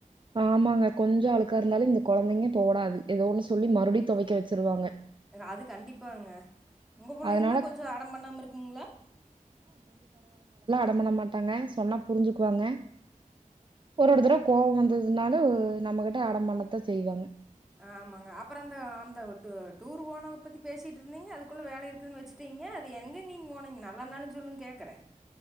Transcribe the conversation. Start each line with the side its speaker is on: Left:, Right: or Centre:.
Right: ஆமாங்க கொஞ்சம் அழுக்கா இருந்தாலும் இந்த கொழந்தைங்க தோணாது ஏதோ ஒன்னு சொல்லி மறு மறுபடி துவைக்க வச்சிருவாங்க
Centre: அது கண்டிப்பாங்க உங்க புள்ளைக
Right: அதனால
Centre: எல்லா கொஞ்சொ அடம் பண்ணாம இருக்கும்ங்ளா
Right: டம்மண மாட்டாங்க சொன்னா புரிஞ்சுக்குவாங்க ஒரு ஒரு தர்வ கோவொ வந்துதுனாலு நம்மகிட்ட அடம் பண்ணத்தா செய்வாங்க
Centre: ஆமங்க அப்பற அந்த அந்தவு டூ டூரு போனத பத்தி பேசிட்டு இருந்தீங்க அதுக்குள்ள வேல இருக்குதுன் வெச்சுட்டீங்க அது எங்கங் நீங்போனீங்க நல்லா நாளு சொல்லுங் கேக்குறே